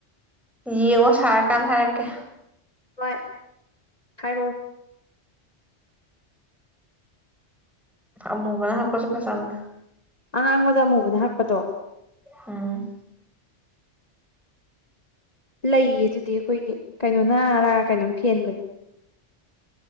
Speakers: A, in the centre; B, on the left (about 35°).
A: ꯌꯦꯡꯉꯣ ꯁꯥꯔ ꯀꯥꯟ ꯍꯥꯏꯔꯛꯀꯦ
B: ꯍꯣꯏ ꯍꯥꯏꯔꯛꯑꯣ
A: ꯑꯃꯨꯕꯅ ꯍꯥꯛꯄꯁꯨ ꯐꯖꯕꯅꯤ
B: ꯑꯉꯥꯡꯕꯗ ꯑꯃꯨꯕꯅ ꯍꯛꯄꯗꯣ
A: ꯎꯝ
B: ꯂꯩꯌꯦ ꯑꯗꯨꯗꯤ ꯑꯈꯣꯏꯒꯤ ꯀꯩꯅꯣꯅꯔꯥ ꯀꯩꯅꯣꯝ ꯐꯦꯟꯕꯅꯦ